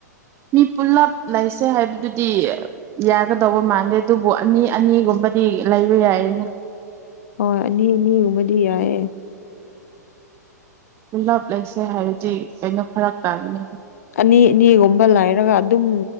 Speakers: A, on the right; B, on the left.
A: ꯃꯤ ꯄꯨꯂꯞ ꯂꯩꯁꯦ ꯍꯥꯏꯕꯗꯨꯗꯤ ꯌꯥꯒꯗꯧꯕ ꯃꯥꯟꯗꯦ ꯑꯗꯨꯕꯨ ꯑꯅꯤ ꯑꯅꯤꯒꯨꯝꯕꯗꯤ ꯂꯩꯕ ꯌꯥꯏꯌꯦꯅ
B: ꯍꯣꯏ ꯑꯅꯤ ꯑꯅꯤꯒꯨꯝꯕꯗꯤ ꯌꯥꯏꯌꯦꯦ
A: ꯄꯨꯜꯂꯞ ꯂꯩꯁꯦ ꯍꯥꯏꯔꯗꯤ ꯀꯩꯅꯣ ꯐꯔꯛ ꯇꯥꯕꯅꯦꯕ
B: ꯑꯅꯤ ꯑꯅꯤꯒꯨꯝꯕ ꯂꯥꯏꯔꯒ ꯑꯗꯨꯝ